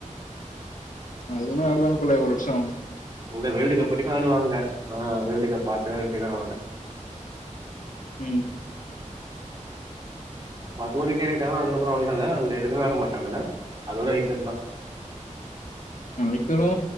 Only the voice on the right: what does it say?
இந்த வேர்ல்டு கப் வரைக்கு ஆடுவாங்க ஆ வேர்ல்டு கப் ஆச்சுனா ரிடைர்ஆவாங்க
அது ஒரு கேறிட்டாங்கா அதுக்கப்பறோ இல்ல அந்த இது விளாட மாட்டாங்கல்ல அதோட ஐ டென் தா